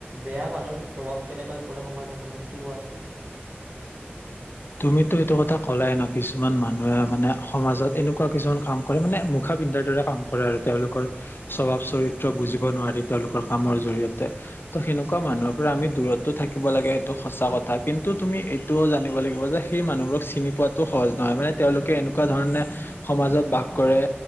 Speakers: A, on the right (about 35°); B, on the left (about 60°).
A: বেয়া মানুহৰ প্ৰভাৱ কেনেকৈ পৰে সমাজ এখনত সেইটো কোৱাচোন। <unintelligible>
B: তুমিতো সেইটো কথা কলাই ন, কিছুমান মানুহে মানে সমাজত এনেকুৱা কিছুমান কাম কৰে মানে মুখা পিন্ধাৰ দৰে কাম কৰে আৰু তেওঁলোকৰ স্বভাৱ চৰিত্ৰ বুজিব নোৱাৰি তেওঁলোকৰ কামৰ জৰিয়তে। ত সেনেকুৱা মানুহৰ পৰা আমি দূৰতটো থাকিব লাগে সেইটো সঁচা কথা কিন্তু তুমি এইটোও জানিব লাগিব মাজৰ সেই মানুহবোৰক চিনি পোৱাটো সহজ নহয়। মানে তেওঁলোকে এনেকুৱা ধৰণে সমাজত বাস কৰে